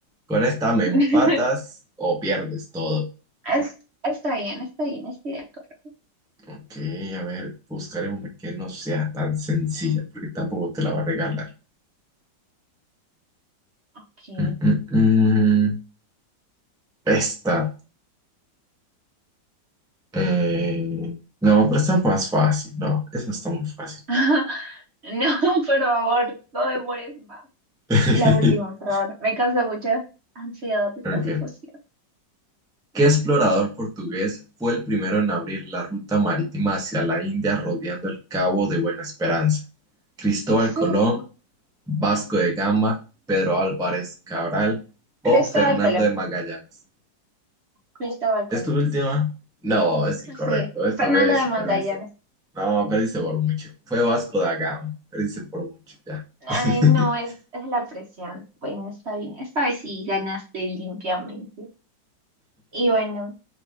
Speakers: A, in the centre; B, on the right.
A: con esta me
B: <laughs>
A: empatas o pierdes todo.
B: Es, está bien, está bien, estoy de acuerdo.
A: Ok, a ver, buscaré una que no sea tan sencilla, porque tampoco te la va a regalar.
B: Ok.
A: Mm, mm, mm. Esta. eh, No, pero está más fácil. No, esa está muy fácil.
B: <laughs> No, por favor, no demores más.
A: <laughs>
B: La última, por favor. Me causa mucha ansiedad esta
A: Ok.
B: situación.
A: ¿Qué explorador portugués fue el primero en abrir la ruta marítima hacia la India rodeando el Cabo de Buena Esperanza? Cristóbal
B: ¿Qué es
A: Colón.
B: eso?
A: Vasco de Gama, Pedro Álvarez Cabral o
B: Cristóbal
A: Fernando
B: Colón.
A: de Magallanes.
B: Cristóbal Colón.
A: Esta última? No, es incorrecto.
B: Sí,
A: Esta
B: Fernando
A: vez
B: de
A: sí
B: Magallanes.
A: perdiste. No, perdiste por mucho. Fue Vasco da Gama. Perdiste por mucho, ya.
B: Ay,
A: <laughs>
B: no, es, es la presión. Bueno, está bien. Esta vez sí ganaste limpiamente. Y bueno,